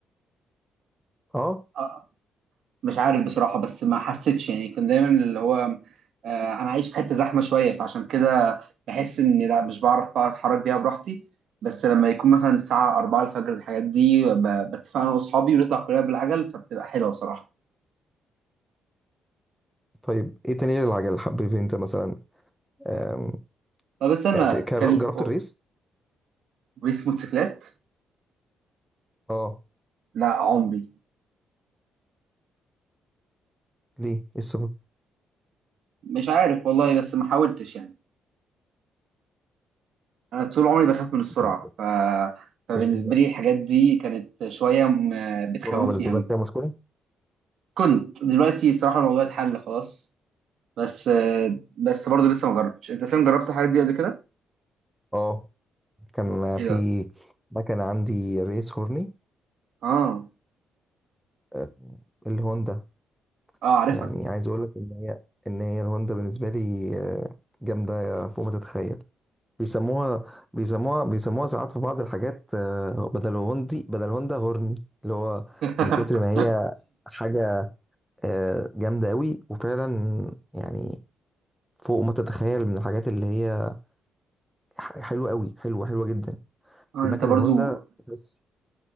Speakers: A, in the centre; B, on the right.
A: اه
B: آه مش عارف بصراحة بس ما حسيتش يعني كنت دايما اللي هو آه انا عايش في حتة زحمة شوية فعشان كده بحس اني لا مش بعرف بقى اتحرك بيها براحتي بس لما يكون مثلا الساعة 4 الفجر الحاجات دي ب- بتفق انا واصحابي ونطلع كلنا بالعجل فبتبقى حلوة بصراحة
A: طيب ايه تاني غير العجل حبيب انت مثلا آم،
B: طب استنى
A: يعني ك- كر-
B: كان
A: جربت الريس
B: ريس موتوسيكلات
A: اه
B: لا عمري
A: ليه ايه السبب
B: مش عارف والله بس ما حاولتش يعني انا طول عمري بخاف من السرعه
A: طب
B: ف... فبالنسبه
A: بالنسبه
B: لي الحاجات دي كانت شويه م- بتخوفني
A: السرعه بالنسبه
B: قوي
A: لك فيها مشكله
B: كنت دلوقتي صراحه الموضوع اتحل خلاص بس بس برضه لسه ما جربتش انت سام جربت الحاجات دي قبل كده
A: اه كان
B: ايه
A: في
B: ده
A: مكنه عندي ريس هورني
B: اه
A: آه، الهوندا
B: اه عارفها
A: يعني عايز اقول لك ان هي ان هي الهوندا بالنسبه لي آه، جامده فوق ما تتخيل بيسموها بيسموها بيسموها ساعات في بعض الحاجات آه، بدل هوندي بدل هوندا هورني اللي هو
B: <laughs>
A: من كتر ما هي حاجة آه، جامدة قوي وفعلا يعني فوق ما تتخيل من الحاجات اللي هي ح- حلوة قوي حلوة حلوة جدا
B: اه
A: المكن
B: انت برضو
A: الهوندا بس